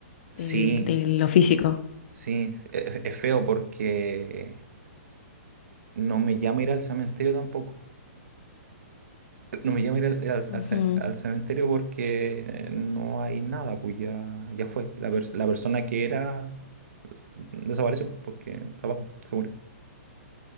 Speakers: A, on the left; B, on the right.
A: del-
B: Sí,
A: de, lo físico.
B: sí, es, es feo porque no me llama ir al cementerio tampoco. No me llama ir al, ir al-
A: Ujú.
B: al ce- al cementerio porque no hay nada, pues ya, ya fue. La, pers- la persona que era s- desapareció porque estaba, abajo, se murió.